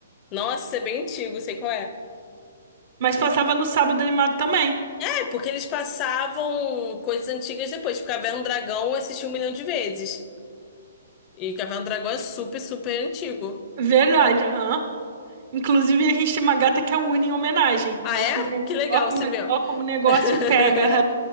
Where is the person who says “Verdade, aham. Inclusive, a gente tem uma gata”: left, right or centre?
Right